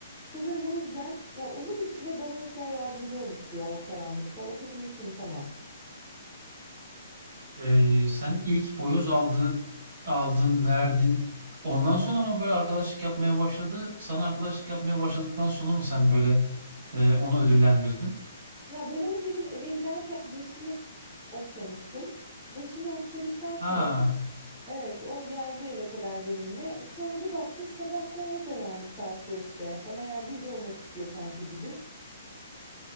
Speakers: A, in the centre; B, on the right (about 45°).
A: Sanırım o yüzden ya uzun bir süre bana mesela yardımcı olmuştu ya o karanlıkta. O köpeği hiç unutamam.
B: Ee, sen ilk boyoz aldı, aldın, verdin. Ondan sonra ama böyle arkadaşlık yapmaya başladı. Sana arkadaşlık yapmaya başladıktan sonra mı sen böyle e, onu ödüllendirdin?
A: Ya ben onu bir gün eve giderken başını okşamıştım. Başını okşadıktan
B: Ha,
A: sonra Evet, o geldi eve kadar benimle. Sonra bir baktım sabah da orada yani saat beşte. Bana yardımcı olmak istiyor sanki gibi.